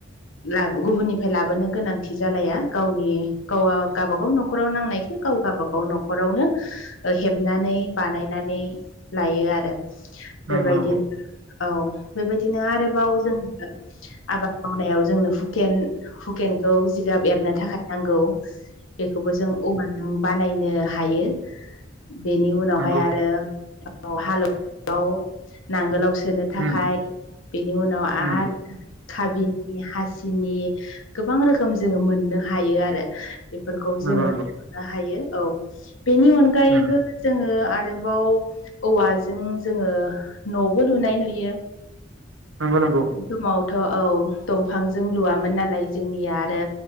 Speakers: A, on the left (about 80°); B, on the right (about 70°).
A: ला गुबुननिफ्राय लाबोनो गोनांथि जालाया गावनि गाव गावबागाव न'खराव नांनाय गाव गाबागाव न'खरावनो हेबनानै बानायनानै लायो आरो
B: नंगौ
A: बेबायदिनो
B: नंगौ
A: औ बेबायदिनो आरोबाव जों आबाद मावनायाव जोंनो हुकेन हुकेनखौ जिगाब एरनो थाखाय नांगौ बेखौबो जों औवाजों बानायनो हायो। बेनि उनावहाय
B: नंगौ नंगौ
A: आरो हालेवाव नांगोलाव सोनो थाखाय
B: उम
A: बेनि उनाव आरो
B: उम
A: खाबिनि हासिनि गोबां रोखोम जोङो मोननो हायो आरो बेफोरखौ
B: नंगौ
A: जोङो
B: नंगौ
A: मोननो हायो औ बेनि अनगायैबो
B: उम
A: जोङो आरोबाव औवाजों जोङो न'बो लुनाय नुयो।
B: नंगौ नंगौ
A: बे समावथ' औ दंफांजों लुवामोन नालाय जोंनिया आरो